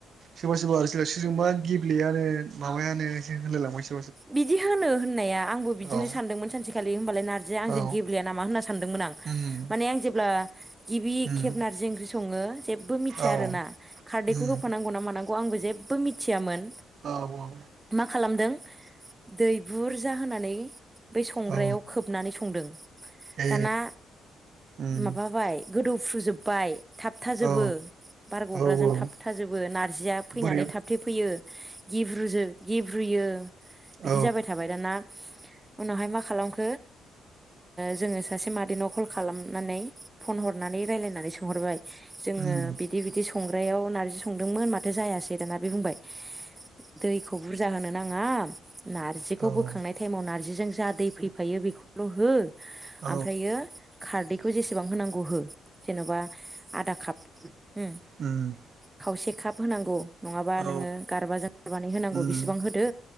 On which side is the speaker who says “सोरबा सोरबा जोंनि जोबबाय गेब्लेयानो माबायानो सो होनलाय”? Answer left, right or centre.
Right